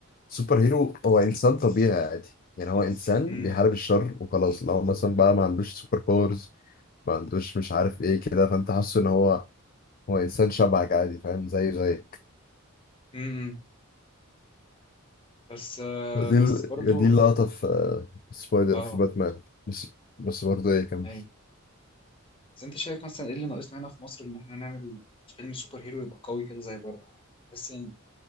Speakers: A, on the left; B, on the left.
A: سوبر هيرو هو إنسان طبيعي عادي يعني هو إنسان
B: امم
A: بيحارب الشر وخلاص لو مثلا بقى ما عندوش سوبر باورز ما عندوش مش عارف إيه كده فأنت حاسه إن هو هو إنسان شبهك عادي فاهم زي زيك
B: امم بس آه،
A: دي
B: بس
A: ال-
B: برضو
A: دي اللقطة في آه، سبايدر
B: اه
A: في باتمان بس بس برضه إيه كمل
B: ايوه بس انت شايف مثلا ايه اللي ناقصنا هنا في مصر ان احنا نعمل فيلم سوبر هيرو يبقى قوي كده زي بره بس